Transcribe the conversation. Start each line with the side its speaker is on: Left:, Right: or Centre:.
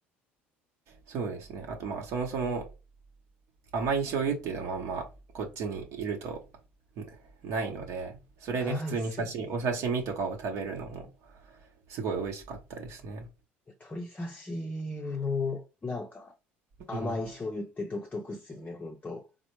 Right: そうですね。あとまあそもそも甘い醤油っていうのもあんまこっちにいるとんないので、それで普通に刺身、
Left: ないっすよね。
Right: お刺身とかを食べるのもすごい美味しかったですね。
Left: いや、鶏刺しの、なんか甘い醤油って独特っすよね、
Right: うん。
Left: 本当。